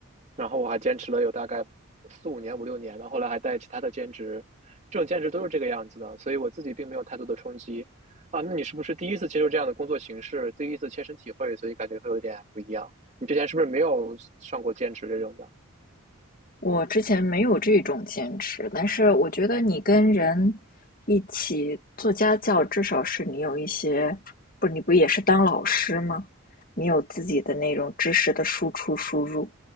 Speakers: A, on the right (about 35°); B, on the left (about 40°).
A: 然后我还坚持了有大概四五年、五六年的，后来还带其他的兼职，这种兼职都是这个样子的，所以我自己并没有太多的冲击。啊，那你是不是第一次接受这样的工作形式，第一次切身体会，所以感觉会有点不一样？你之前是不是没有上过兼职这种的？
B: 我之前没有这种坚持，但是我觉得你跟人一起做家教，至少是你有一些，不，你不也是当老师吗？你有自己的那种知识的输出输入，